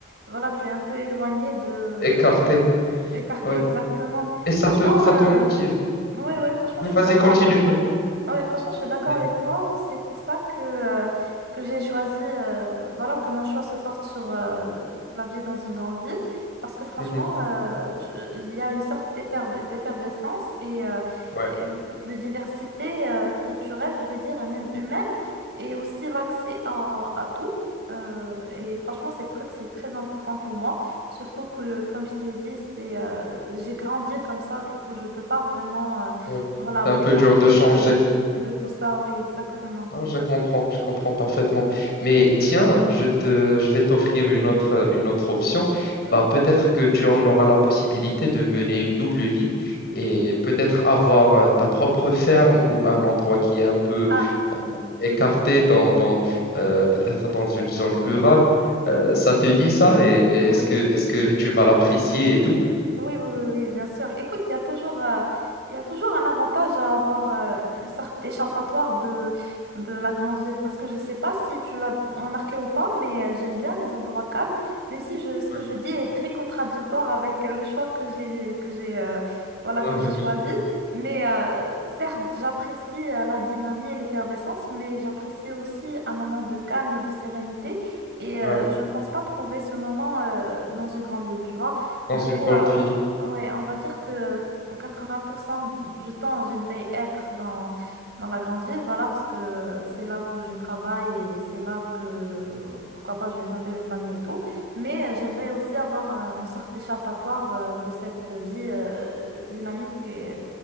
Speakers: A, on the right; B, on the left.
A: voilà, tu es un peu éloigné de...
B: Écarté,
A: Écarté,
B: oui.
A: exactement.
B: Et ça
A: Franchement,
B: te, ça
A: euh,
B: te motive.
A: oui, oui, franchement,
B: Oui,
A: je suis
B: vas-y,
A: d'accord
B: continue.
A: avec toi.
B: <laughs>
A: Ouais, franchement, je suis d'accord
B: Mhm,
A: avec toi. C'est pour ça que, euh, que j'ai choisi, euh, voilà, que mon choix se porte sur euh, la vie dans une grande ville. Parce que franchement,
B: mhm.
A: euh, je- il y a une sorte d'efferve- d'effervescence et, euh,
B: Ouais,
A: et une sorte de diversité euh, culturelle, je vais dire, et même humaine, et aussi l'accès à, à tout. Euh, et franchement, ces trucs, c'est très important pour moi. Surtout que, comme je t'ai dit, c'est, euh, j'ai grandi comme ça, du coup, je peux pas vraiment, euh,
B: ouais.
A: voilà,
B: C'est
A: m'écarter
B: un peu dur de changer.
A: de, de tout ça. Oui, exactement.
B: Non, je comprends, je comprends parfaitement. Mais tiens, je te, je vais t'offrir une autre, une autre option.
A: Hmm
B: Bah, peut-être que tu en auras la possibilité de mener une double vie et peut-être avoir euh, ta propre ferme ou un endroit qui est un peu
A: Ah,
B: euh, écarté
A: hmm,
B: dans, dans euh, peut-être dans une zone rurale. Euh, ça te dit ça et, et
A: oui.
B: est-ce que, est-ce que tu vas l'apprécier et tout?
A: Oui, oui, oui, oui, bien sûr. Écoute, il y a toujours, euh, il y a toujours un avantage à avoir euh, une sorte d'échappatoire de, de la grande ville. Parce que je sais pas si tu l'as remarqué ou pas, mais euh, j'aime bien les endroits calmes, même si je, ce que
B: Ouais.
A: je dis est très contradictoire avec euh, le choix que j'ai, que j'ai, euh, voilà,
B: Ah non,
A: que j'ai
B: je comprends.
A: choisi. Mais euh, certes, j'apprécie euh, la dynamique et l'effervescence, mais j'apprécie aussi un moment de calme et de sérénité. Et euh,
B: Ouais,
A: je ne pense pas trouver ce moment euh, dans une grande ville, tu vois.
B: dans
A: Du
B: une
A: coup,
B: grande
A: euh,
B: ville.
A: Ouais, on va dire que 80% du temps, j'aimerais être dans, dans la grande ville, voilà, parce que c'est là où je travaille et c'est là que, pourquoi pas, je vais fonder une famille et tout. Mais euh, j'aimerais aussi avoir un- une sorte d'échappatoire euh, de cette vie euh, dynamique et,